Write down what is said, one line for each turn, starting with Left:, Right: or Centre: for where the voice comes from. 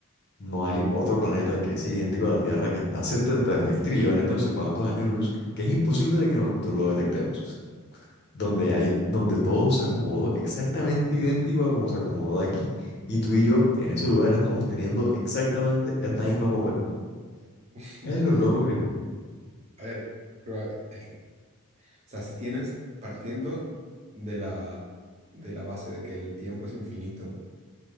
Left: no hay otro planeta que es idéntico a la Tierra que está a 70 mil trillones de no sé cuántos años luz, que es imposible de que nosotros lo detectemos? donde hay, donde todo se acomodó exactamente idéntico a como se acomodó aquí. Y tú y yo en ese lugar estamos teniendo exactamente esta misma conversación.
Right: <laughs>
Left: Es lo loco que es.
Right: A ver, proba- eh, o sea, si tienes, partiendo de la, de la base de que el tiempo es infinito,